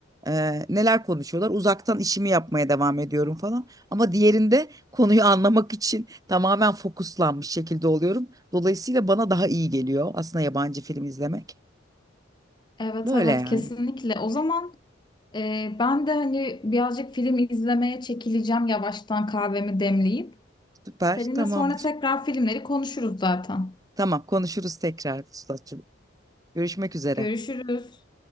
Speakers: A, on the right; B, on the left.
A: Eh, neler konuşuyorlar? Uzaktan işimi yapmaya devam ediyorum falan. Ama diğerinde konuyu anlamak için tamamen fokuslanmış şekilde oluyorum. Dolayısıyla bana daha iyi geliyor aslında yabancı film izlemek.
B: Evet
A: Böyle
B: evet
A: yani.
B: kesinlikle. O zaman e, ben de hani birazcık film izlemeye çekileceğim yavaştan kahvemi demleyip.
A: Süper,
B: Seninle
A: tamamdır.
B: sonra tekrar filmleri konuşuruz zaten.
A: Tamam, konuşuruz tekrar ustacığım. Görüşmek üzere.
B: Görüşürüz.